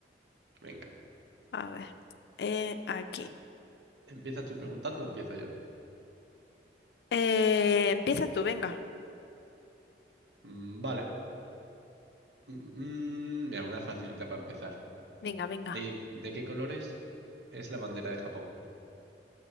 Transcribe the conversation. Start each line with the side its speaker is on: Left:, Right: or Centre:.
Right: Venga.
Left: A ver. Eh, aquí.
Right: ¿Empiezas tú preguntando o empiezo yo?
Left: Eh, empieza tú, venga.
Right: Mm, Vale. Mm, mm, mira, una facilita para empezar.
Left: Venga, venga.
Right: ¿De, de qué colores es la bandera de Japón?